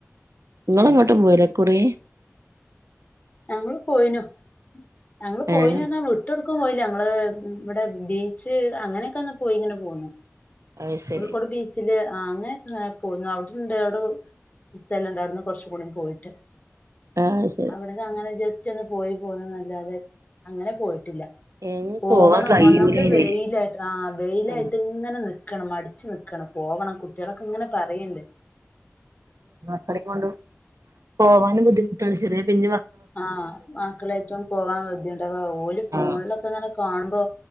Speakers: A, on the right; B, on the left.
A: ഇങ്ങള്
B: ഏഹ്
A: എങ്ങോട്ടും പോയില്ലേ ഇക്കുറി
B: ഞങ്ങള് പോയിനു ഞങ്ങള് പോയിനു
A: ഏഹ്
B: പർഞ്ഞാ വിട്ടോട് ക്കും പോയില്ല ഞങ്ങള് ഇബടെ ബീച്ച് അങ്ങനെക്കെ ഒന്ന് പോയി ഇങ്ങനെ പോന്നു
A: അത് ശരി
B: കോഴിക്കോട് ബീ ച്ച്ല് അങ്ങനെ പോയിന്നു അവിടെണ്ട് അവിടെ സ്ഥലംണ്ട് അവിടുന്ന് കോർച്ചും കൂടി പോയിട്ട്
A: ആഹ്
B: അവിടന്ന് അങ്ങനെ ജസ്റ്റ് ഒന്ന് പോയി പോന്ന്ന്നല്ലാതെ അങ്ങനെ പോയിട്ടില്ല
A: ഇനി
B: പോകണം
A: പോവാൻ കഴിയൂലയിന്
B: ഒന്നാമത് വെയ്ല് ആഹ് വെയ്ലായിട്ട്
A: ആഹ്
B: ഇങ്ങനെ നിക്കാണ് മടിച്ച് നിക്കണ് പോവണം കുട്ട്യാളൊക്കെ ഇങ്ങനെ പറീണ്ട്
A: ക്കളേം കൊണ്ട് പോവാനും ബുദ്ധിമുട്ടാണ് ചെറിയ പിഞ്ച
B: ആഹ് മക്കളയ്റ്റും പോകാൻ ബുദ്ധിമുട്ടാ അപ്പ ഓല് ഫോണിലൊക്കെ
A: ആഹ്
B: അങ്ങനെ കാണുമ്പോ